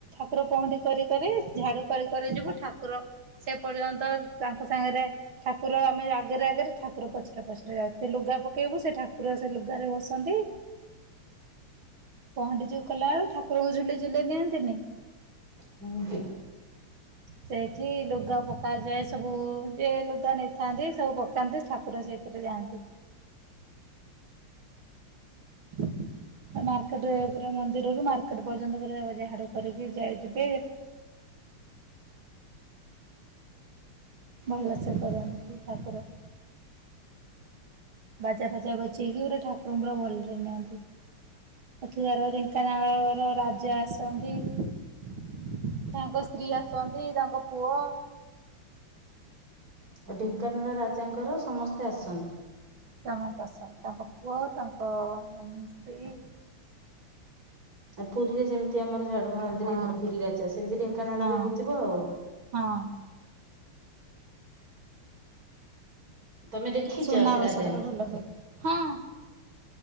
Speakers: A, on the right; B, on the right.
A: ଠାକୁର ପହଁଣ୍ଡି କରି କରି ଝାଡୁ କରି କରି ଯିବୁ ଠାକୁର ସେ ପର୍ଯ୍ୟନ୍ତ ତାଙ୍କ ସାଙ୍ଗରେ ଠାକୁର ଆମେ ଆଗରେ ଆଗରେ ଠାକୁର ପଛରେ ପଛରେ ଯାଉ ଲୁଗା ପକେଇବୁ ସେ ଠାକୁର ସେ ଲୁଗାରେ ବସନ୍ତି ପହଣ୍ଡି ଯୋଉ କଲାବେଳେ ଠାକୁ ଠାକୁର ଙ୍କୁ ଝୁଲେଇ ଝୁଲେଇ ନିହାନ୍ତିନି।
B: ହଁ ହ।
A: ସେଇଠି ଲୁ ଲଗା ପକା ଯାଏ ସବୁ ଯେ ଲୁଗା ନେଇ ଥାନ୍ତି ସବୁ ପକାନ୍ତି ଠାକୁର ସେହିଥିରେ ଯାଆନ୍ତି। ଅ ମାର୍କେଟରେ ପୁରା ମନ୍ଦିରରୁ ମାର୍କେଟ ପର୍ଯ୍ୟନ୍ତ ପୁରା ଝାଡୁ କରିକି ଯାଇ ଯିବେ। ଭଲସେ କରନ୍ତି ଠାକୁର ବାଜା ଫାଜା ବଜେଇକି ପୁରା ଠାକୁରଙ୍କୁ ପୁରା ଭଲରେ ନିଅନ୍ତି। ଏଠିକାର ଢେଙ୍କାନାଳର ରାଜା ଆସନ୍ତି। ତାଙ୍କ ସ୍ତ୍ରୀ ଆସନ୍ତି। ତାଙ୍କ ପୁଅ
B: ଆ ଢେଙ୍କାନାଳ ରାଜାଙ୍କର ସମସ୍ତେ ଆସନ୍ତି।
A: ସମସ୍ତ ଆସନ୍ତି ତାଙ୍କ ପୁଅ ତାଙ୍କ ହ <unintelligible> ମ ସ୍ତ୍ରୀ
B: ଆଉ ପୁରୀରେ ଯେମିତି ଆମର ଝାଡୁ ମାରନ୍ତି
A: ହଁ।
B: ଢେମର ପୁରୀ ରାଜା ସେମିତି ଢେଙ୍କାନାଳରେ
A: ହଁ
B: ହଉଥିବ ଆଉ।
A: ହଁ
B: ତମେ ଦେଖିଛ
A: ସୁନାବେଶଟା
B: ସେ ରାଜାଙ୍କୁ?
A: ଭଲ ହୁଏ ହଁ।